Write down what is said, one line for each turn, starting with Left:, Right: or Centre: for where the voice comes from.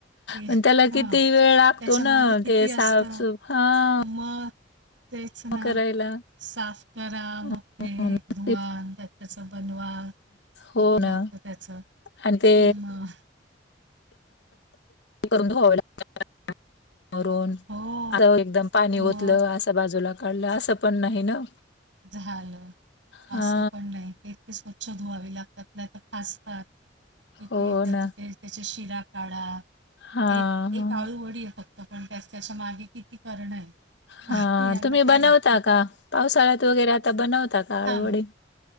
Right: हे
Left: पण त्याला
Right: हा
Left: किती वेळ लागतो
Right: त्याच्या
Left: ना
Right: मागे किती
Left: ते साफसूफ
Right: असत
Left: हा
Right: मग. तेच ना,
Left: करायला
Right: साफ करा,
Left: म्हणून
Right: मग ते एक धुवा
Left: ते
Right: त्या तस बनवा.
Left: हो
Right: किती लागतं
Left: ना,
Right: त्याचं.
Left: आणि ते.
Right: मग
Left: करून धुवावे लागतात. <inaudible> वरून
Right: हो.
Left: एकदम पाणी
Right: मग
Left: ओतलं आज. बाजूला काढलं असं पण नाही ना.
Right: झालं
Left: हा
Right: असं पण नाही ते. स्वच्छ धुवावी लागतात, नाही तर टासतात किती
Left: हो
Right: त्याच
Left: ना
Right: तेज. त्याच्या शिरा काढा,
Left: हा
Right: एक-एक
Left: हा
Right: आळू वडी आहे फक्त. पण त्यास-त्याच्या मागे किती करणं आहे.
Left: हा
Right: यांना
Left: तुम्ही
Right: काय
Left: बनवता
Right: लागतं?
Left: का, पावसाळ्यात वगैरे आता बनवता का आळुवडी.
Right: हां.